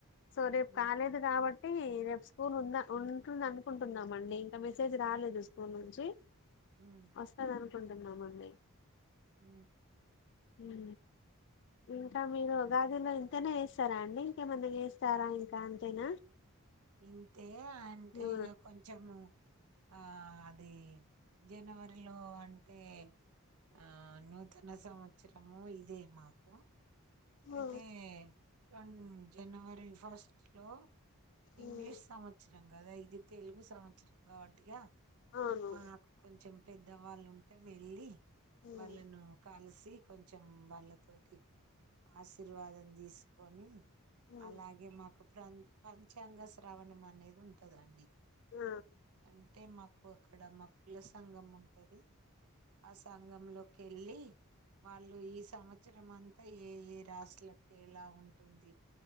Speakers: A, on the left; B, on the right.
A: సో రేపు
B: ఉమ్
A: కాలేదు కాబట్టి ఏ రేపు స్కూల్ ఉంద ఉంటుంది అనుకుంటున్నామండి ఇంకా మెసేజ్ రాలేదు స్కూల్ నుంచి
B: ఉమ్
A: వస్తా నను న్నా మన్నీ
B: హ
A: ఉ ఇంకా మీరు గ అదిలాంత అంతేనా చేస్తారా అండి ఇంకేమంది చేస్తారా ఇంకా అంతేనా
B: ఇంతే అంటే
A: ఆ
B: ఇక కొంచెము ఆ అది జనవరిలో అంటే ఆ నూతన సంవత్సరము ఇదే మాకు అదతేన్
A: ఆ.
B: జనవరి బ్రేక్ఫాస్ట్ లో
A: ఉమ్.
B: ఇంగ్లీష్ సమచ్చం సం కదా ఇది తెలుగు సంవత్సరం కాబట్టిగా
A: అవును
B: మాకు కొంచెం పెద్దవాళ్ళుంటే వెళ్ళి
A: ఉమ్.
B: వాళ్ళను కాలుసి ది కొంచెం వాళ్ళతోటి ఆశీర్వాదం తీసుకొని
A: ఉమ్.
B: అలాగే మ ఒక ప్ర పంచాంగ శ్రావణం అనేది ఉంటదండి
A: ఆ
B: అంటే మాకు అక్కడ మకుల సంఘం ఉంటది ఆ సంఘంలోకి వెళ్ళి వాళ్ళు ఈ సంవత్సరం అంతా ఏ ఏ రాసుకి ఎలా ఉంటుంది